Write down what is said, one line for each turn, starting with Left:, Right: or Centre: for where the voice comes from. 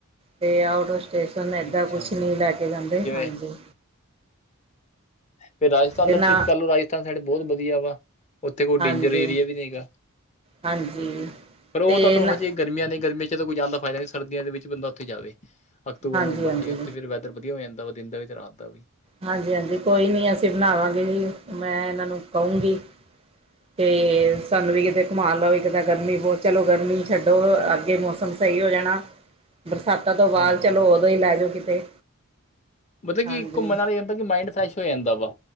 Right: ਤੇ ਆਓਟ ਆਫ਼ - ਸਟੇਸ਼ਨ ਏਦਾਂ
Left: ਅੱਛਾ
Right: ਕੁਛ ਨਹੀਂ ਲੈ ਕੇ ਜਾਂਦੇ
Left: ਜਿਵੇਂ
Right: ਹਾਂਜੀ।
Left: ਫਿਰ ਰਾਜਸਥਾਨ
Right: ਤੇ
Left: ਦਾ
Right: ਨਾ
Left: ਟ੍ਰਿਪ ਕਰ ਲੋ, ਰਾਜਸਥਾਨ ਸਾਈਡ ਬਹੁਤ ਵਧੀਆ ਵਾ। ਉੱਥੇ ਕੋਈ
Right: ਹਾਂਜੀ
Left: ਡੇਂਜਰ ਏਰੀਆ, ਵੀ ਨਹੀਂ ਹੈਗਾ।
Right: ਹਾਂਜੀ
Left: ਪਰ ਉਹ
Right: ਤੇ
Left: ਤੁਹਾਨੂੰ
Right: ਨਾ
Left: ਹਜੇ ਗਰਮੀਆਂ ਨੇ ਗਰਮੀਆਂ ਚ ਤਾਂ ਕੋਈ ਜਾਣ ਦਾ ਫਾਇਦਾ ਨਹੀਂ। ਸਰਦੀਆਂ ਦੇ ਵਿੱਚ ਬੰਦਾ ਉੱਥੇ ਜਾਵੇ। ਅਕਤੂਬਰ
Right: ਹਾਂਜੀ
Left: ਨਵੰਬਰ
Right: ਹਾਂਜੀ
Left: ਚ ਉੱਥੇ ਫਿਰ ਵੈਦਰ? ਵਧੀਆ ਹੋ ਜਾਂਦਾ ਵਾ। ਦਿਨ ਦਾ ਵੀ, ਤੇ ਰਾਤ ਦਾ ਵੀ,
Right: ਹਾਂਜੀ-ਹਾਂਜੀ! ਕੋਈ ਨਹੀਂ ਅਸੀਂ ਬਣਾਵਾਂਗੇ ਜੀ, ਮੈਂ ਇਹਨਾਂ ਨੂੰ ਕਹੂੰਗੀ। ਤੇ ਸਾਨੂੰ ਵੀ ਕਿਤੇ
Left: ਹਾਂ
Right: ਘੁਮਾ ਲਓ ਵੀ ਕਿਤੇ। ਗਰਮੀ ਬਹੁਤ, ਚਲੋ ਗਰਮੀ ਛੱਡੋ, ਅੱਗੇ ਮੌਸਮ ਸਹੀ ਹੋ ਜਾਣਾ। ਬਰਸਾਤਾਂ ਤੋਂ ਬਾਅਦ,
Left: ਹਾਂਜੀ
Right: ਚਲੋ ਉਦੋਂ ਹੀ ਲੈ ਜਾਓ ਕਿਤੇ।
Left: ਮਤਲਬ
Right: ਹਾਂਜੀ
Left: ਕਿ ਘੁੰਮਣ ਇਹ ਹੁੰਦਾ ਕਿ ਮਾਇੰਡ ਫਰੈਸ਼ ਹੋ ਜਾਂਦਾ ਵਾ।